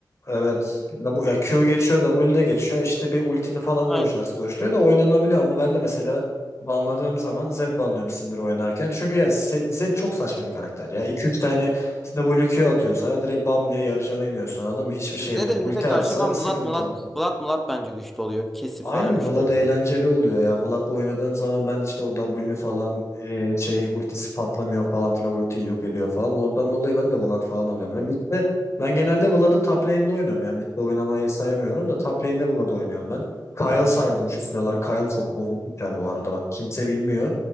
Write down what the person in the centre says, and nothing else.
Aynen.
Zed'e
Zed'e karşı
falan
Vlad Mulat Vlad Mulat bence güçlü oluyor. Kesi
falan güçlü
oluyor.
Aynen.